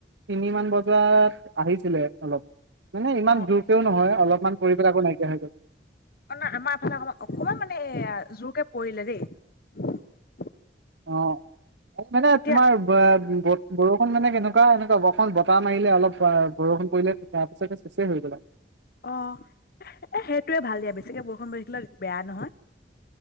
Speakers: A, on the right; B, on the left.
A: তিনিমান বজাত আহিছিলে অলপ। মানে ইমান
B: অ
A: জোৰকেও নহয় অলপমান পৰি পেলাই আকৌ নাইকিয়া হৈ গ'ল।
B: অ ন আমাৰ এফালে অকনমান অকনমান মানে এ জোৰকে পৰিলে দেই।
A: অ' মানে
B: এতিয়া
A: তোমাৰ বৰষুণ মানে কেনেকুৱা এনেকুৱা বৰষুণ বতাহ মাৰিলে অলপ বৰষুণ পৰিলে তাৰপিছতে চেচেই হৈ গ'ল আৰু
B: অ এ সেইটোৱে ভাল দিয়া বেছ কে বৰষুণ পৰিলে থাকিলে বেয়া নহয়।